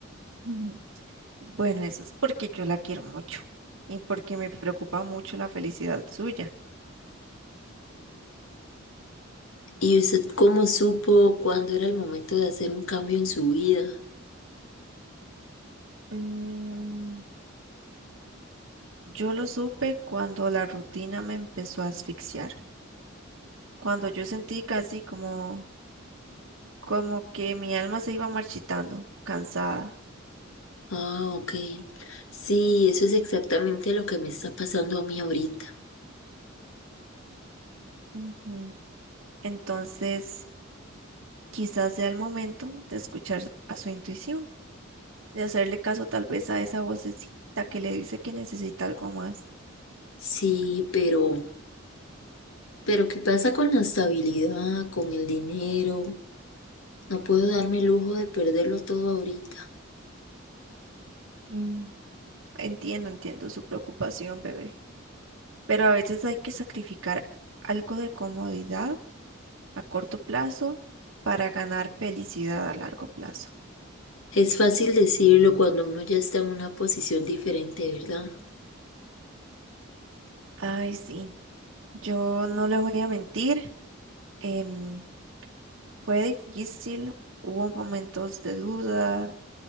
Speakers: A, on the right; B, on the left.
A: <laughs> Bueno, eso es porque yo la quiero mucho y porque me preocupa mucho la felicidad suya.
B: ¿Y usted cómo supo cuándo era el momento de hacer un cambio en su vida?
A: Mm, yo lo supe cuando la rutina me empezó a asfixiar, cuando yo sentí casi como, como que mi alma se iba marchitando, cansada.
B: Ah, ok. Sí, eso es exactamente lo que me está pasando a mí ahorita.
A: Ujú. Entonces, quizás sea el momento de escuchar a su intuición, de hacerle caso tal vez a esa vocecita que le dice que necesita algo más.
B: Sí, pero, pero ¿qué pasa con la estabilidad, con el dinero? No puedo darme el lujo de perderlo todo ahorita.
A: Mm, Entiendo, entiendo su preocupación, bebé. pero a veces hay que sacrificar algo de comodidad a corto plazo para ganar felicidad a largo plazo.
B: Es fácil decirlo cuando uno ya está en una posición diferente, ¿verdad?
A: Ay, sí, yo no le voy a mentir, em, fue difícil, hubo momentos de duda,